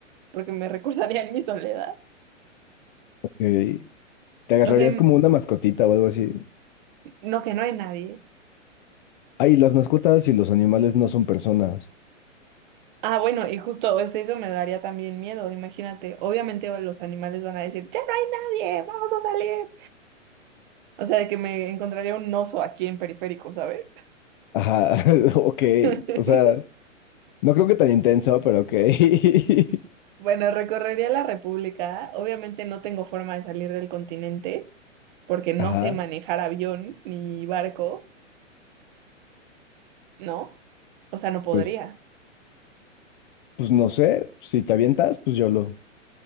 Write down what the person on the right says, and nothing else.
porque me <laughs> recordaría en mi soledad.
O sea,
No, que no hay nadie.
Ah, bueno, y justo eso, eso me daría también miedo, imagínate. Obviamente los animales van a decir, ya no hay nadie, vamos a salir. O sea, de que me encontraría un oso aquí en periférico, ¿sabes?
<laughs>
Bueno, recorrería la República. Obviamente no tengo forma de salir del continente porque no
sé manejar avión ni barco, ¿no? O sea, no podría.